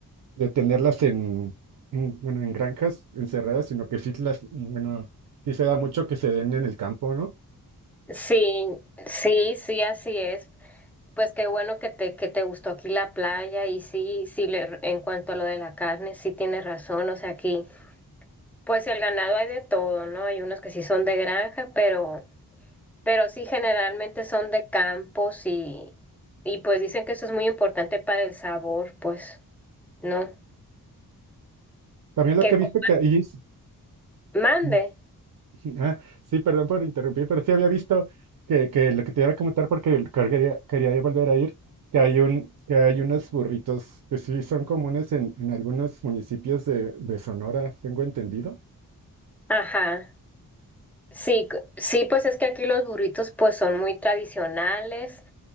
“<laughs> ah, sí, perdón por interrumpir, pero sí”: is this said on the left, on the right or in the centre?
Right